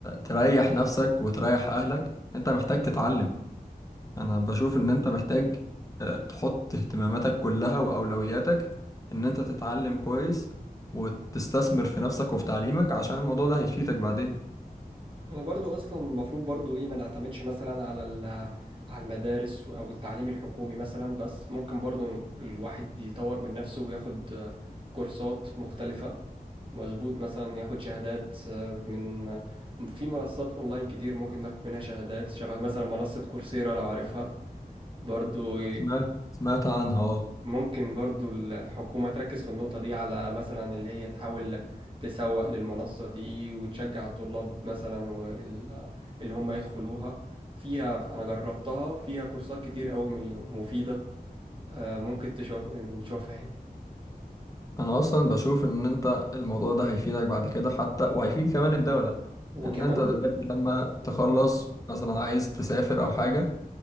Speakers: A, on the left; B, on the right.
A: تريح نفسك وتريح اهلك انت محتاج تتعلم انا بشوف ان انت محتاج آه، تحط اهتماماتك كلها واولوياتك ان انت تتعلم كويس وتستثمر في نفسك وفي تعليمك عشان الموضوع ده هيفيدك بعدين
B: انا برضو اصلا المفروض برضو ايه ما نعتمدش مثلا على ال- على المدارس او التعليم الحكومي مثلا بس ممكن برضو الواحد يطور من نفسه وياخد آه، كورسات مختلفة مظبوط مثلا ياخد شهادات آه، من آه، في منصات اونلاين كتير ممكن ناخد منها شهادات شبه مثلا منصة كورسيرا لو عارفها برضو
A: سمعت سمعت عنها اه
B: ممكن برضو الحكومة تركز في النقطة دي على مثلا اللي هي تحاول تسوق للمنصة دي وتشجع الطلاب مثلا وال- اللي هم يدخلوها فيها أنا جربتها فيها كورسات كتير أوي م- مفيدة آه، ممكن تشوف نشوفها يعني
A: انا اصلا بشوف ان انت الموضوع ده هيفيدك بعد كده حتى وهيفيد كمان الدولة
B: وكمان
A: ان انت دلوقتي لما
B: ما-
A: تخلص مثلا عايز تسافر او حاجة